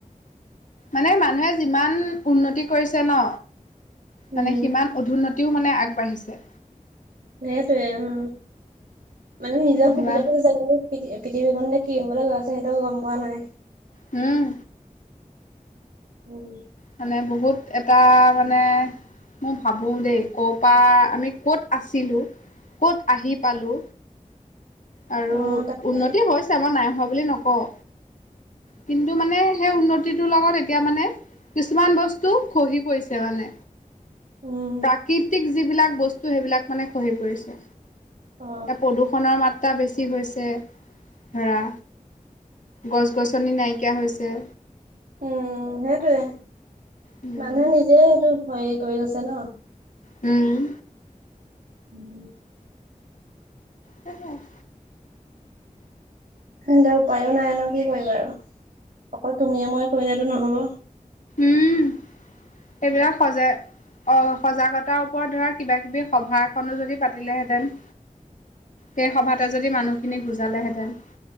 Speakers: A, on the left; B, on the right.
A: মানে মানুহে যিমান উন্নতি কৰিছে ন
B: উম
A: মানে সিমান অধুন্নতি ও মানে আগবাঢ়িছে।
B: সেইটোয়ে উম মানে নিজৰ
A: যিমান
B: সুবিধাটো জাগ পৃথিৱীখনতে কি হয়। কলে গৈ আছে সেইটো গম পোৱা নাই।
A: উম।
B: উম।
A: মানে বহুত এটা মানে মই ভাবো দেই ক' পৰা আমি কত আছিলো ক'ত আহি পালো। আৰু
B: অ তাকে
A: উন্নতি হৈছে আমাৰ নাই হোৱা বুলি বুলি নকওঁ, কিন্তু মানে সেই উন্নতিটোৰ লগত এতিয়া মানে কিছুমান বস্তু খহি পৰিছে মানে,
B: উম
A: প্ৰাকৃতিক যিবিলাক বস্তু সেইবিলাক মানে খহি পৰিছে,
B: অ।
A: এ প্ৰদূষণৰ মাত্ৰ টা বেছি হৈছে ধৰা। গছ গছনি নাইকিয়া হৈছে।
B: উম সেইটোয়ে
A: উম
B: মানুহে নিজে সটো। <unintelligible> হয় এই কৰি গৈছে ন।
A: উম।
B: <unintelligible> <inaudible>
A: হে হে <unintelligible>
B: তিয়া উপায়ো নাই ন কি কৰিবা আৰু অকল তুমিয়ে ময় কৈ যো নহব।
A: উম এইবিলাক সজে। অ সজাগতাৰ ওপৰত ধৰা কিবা কিবি সভা এখনো যদি পাতিলেহেঁতেন। সেই সভাতে যদি মানুহখিনি বুজালেহেঁতেন।